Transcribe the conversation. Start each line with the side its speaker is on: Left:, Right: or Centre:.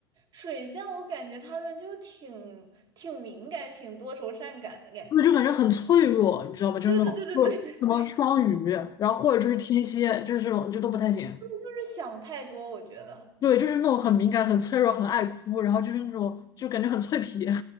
Right: 水象，我感觉他们就挺挺敏感、挺多愁善感的感觉。
Left: 我就感觉很脆弱，你知道吗？
Right: <laughs>
Left: 就那种就是什么双鱼，
Right: 对对对对对对对，
Left: 然后或者就是天蝎，就是这种就都不太行。
Right: 就是想太多，我觉得。
Left: 对，就是那种很敏感、很脆弱、很爱哭，然后就是那种就感觉很脆皮，